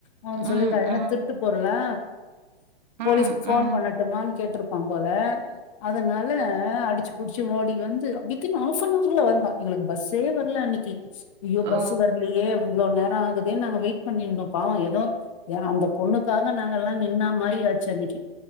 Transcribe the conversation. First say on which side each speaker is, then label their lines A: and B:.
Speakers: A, on the left; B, on the right.
A: அவங்க சொல்லிருக்காங்க
B: ம்,
A: இது என
B: ம்,
A: திருட்டு பொருளா போலீஸ்க்கு
B: ம்,
A: ஃபோன்
B: ம்.
A: பண்ணட்டுமான் கேட்ருப்பான் போல அதனால அ அடுச்சு புடுச்சு ஓடி வந்து வித்தின் ஹாஃப் அன் ஹார்ல வந்தான் எங்களுக்கு பஸ்ஸே வரல அன்னைக்கி ஐயோ
B: ஓ!
A: பஸ்ஸு வரலயே இவ்ளோ நேரோம் ஆகுதே நாங்க வெயிட் பண்ணிருந்தோம் பாவோம் எதோ அ அந்த பொண்ணுக்காக நாங்கலாம் நின்ன மாரி ஆச்சு அன்னைக்கி